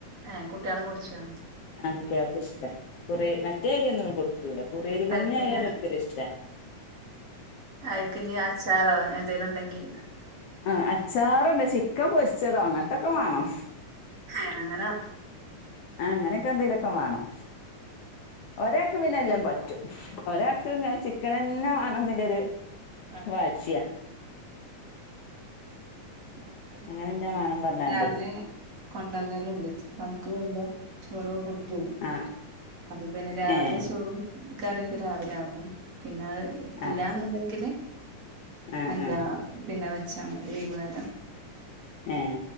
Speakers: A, on the right; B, on the left.
A: ഏ കുട്ടിയെള് കുടിചോ
B: ഇക്കാക്ക് ഇഷ്ടാ <inaudible> കുറെ മറ്റേ അരിയൊന്നും കൊടുത്തൂട കുറേരി കഞ്ഞി
A: അയ്ക്ക്ഞ്ഞ്
B: ആയാല് ഓൽക്കൊരു ഇഷ്ട്ട
A: അയിക്ക്ഞ്ഞീ അച്ചാറോ എന്തേലും ഉണ്ടെങ്കി
B: ആ അച്ചാറല്ല ചിക്കൻ പൊരിച്ചതോ അങ്ങനത്തോക്കെ മാണം
A: ഏഹ് അങ്ങനെ
B: ആ അങ്ങനെയൊക്കെ എന്തേലൂഒക്കെ മാണം ഒരാൾക്ക് പിന്നെ എല്ലം പറ്റും ഒരാൾക്ക് ങ്ങനെ ചിക്കനെന്നെ വാണംനില്ലൊരു
A: ബാക്കി
B: വാശിയ
A: ഞങ്ങക്കങ്ങനെ
B: അങ്ങനെന്നെ വേണം പറഞ്ഞാണ്ടേ
A: രാവിലെ കൊണ്ടകലുണ്ട് പണിക്ക് പോകുമ്പോ <inaudible> ചോറവ് കൊണ്ട്പോകും
B: ആഹ്
A: അപ്പൊ പിന്നെ രാവിലെ
B: ഏഹ്
A: ചോറും കറിയൊക്കെ രാവിലെയാകും പിന്നത് ഇല്ലാന്നുണ്ടെങ്കില്
B: ആഹ് ആഹ്
A: എന്താ
B: ആഹ്
A: പിന്നെ വച് <unintelligible>
B: ഏ